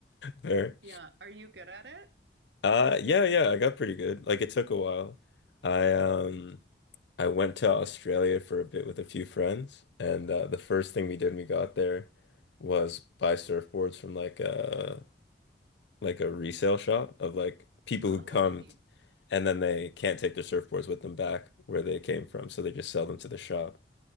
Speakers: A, on the left; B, on the right.
A: Fair.
B: Yeah, are you good at it?
A: Uh yeah, yeah, I got pretty good. Like it took a while. I um I went to Australia for a bit with a few friends and uh, the first thing we did when we got there was buy surfboards from like uh like a resale shop of like people
B: Oh,
A: who come
B: neat.
A: t- and then they can't take their surfboards with them back where they came from, so they just sell them to the shop.